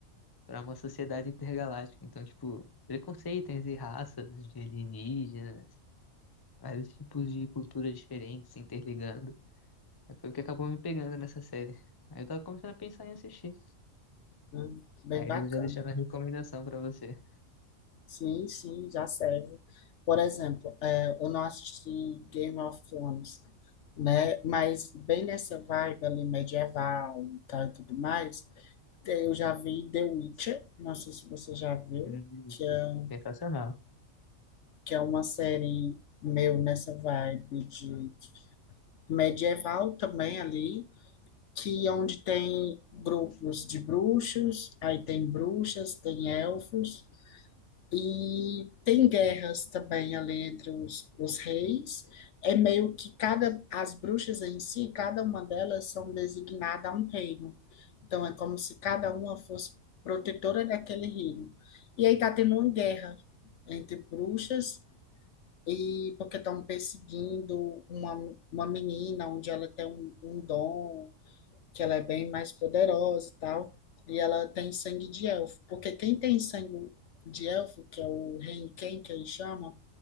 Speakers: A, on the left; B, on the left.
A: para uma sociedade intergaláctica. Então, tipo, preconceito entre raças de alienígenas, vários tipos de culturas diferentes se interligando. Aí Foi o que acabou me pegando nessa série. Aí eu tava começando a pensar em assistir.
B: Hum, Bem
A: Aí
B: bacana.
A: eu já deixei minha recomendação pra você.
B: Sim, sim, já serve. Por exemplo, é, eu não assisti Game of Thrones, né? Mas bem nessa vibe ali medieval e tal e tudo mais, eu já vi The Witcher, não sei se você já viu,
A: Hum,
B: que é um
A: sensacional.
B: que é uma série meu nessa vibe de medieval também ali, que onde tem grupos de bruxos, aí tem bruxas, tem elfos e tem guerras também ali entre os, os reis. É meio que cada as bruxas em si, cada uma delas são designadas a um reino. Então é como se cada uma fosse protetora daquele reino. E aí tá tendo uma guerra entre bruxas e porque estão perseguindo uma, uma menina onde ela tem um, um dom, que ela é bem mais poderosa e tal, e ela tem sangue de elfo. Porque quem tem sangue de elfo, que é o Renken, que eles chamam,